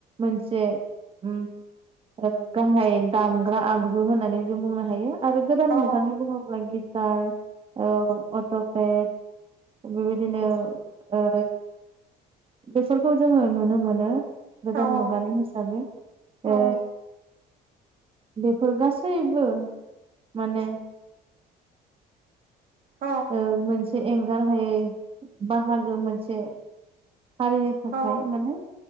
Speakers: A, on the right (about 35°); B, on the right (about 60°).
A: मोनसे उम ओ गाहाय दामग्रा आगजु होननानै जों बुंनो हायो। आरो गोदान
B: औ
A: मुगानि बुङोब्ला गिथार औ अट'पेड बेबायदिनो ओ बेफोरखौ जोङो नुनो मोनो गोदान
B: औ
A: मुगानि हिसाबै।
B: औ
A: ओ बेफोर गासैबो माने
B: औ
A: ओ मोनसे एंगार हायै बाहागो मोनसे। हारिनि थाखाय
B: औ
A: माने